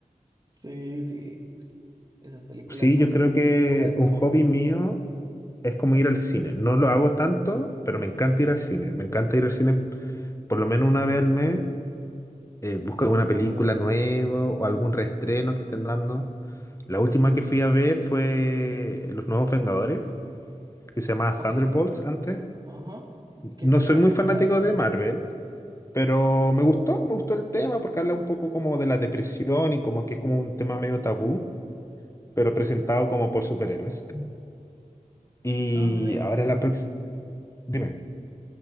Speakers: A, on the right; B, on the left.
A: Sí, sí. sí. Esas películas
B: Sí,
A: son
B: yo creo que
A: mi lugar seguro.
B: un hobby mío es como ir al cine. No lo hago tanto, pero
A: Ok,
B: me encanta
A: sí,
B: ir al cine. Me encanta ir al cine por lo menos una vez al mes. eh, busco alguna
A: a mí también.
B: película nueva o algún reestreno que estén dando. La última que fui a ver fue Los Nuevos Vengadores, que se llamaba
A: Ok,
B: Thunderbolts antes.
A: ajá. ¿Y qué
B: No
A: tal
B: soy
A: esa
B: muy
A: película?
B: fanático de Marvel, pero me gustó, me gustó el tema porque habla un poco como de la depresión y como que es como un tema medio tabú, pero
A: Ok.
B: presentado como por superhéroes. Y
A: No, a mí me...
B: ahora la próxima, dime,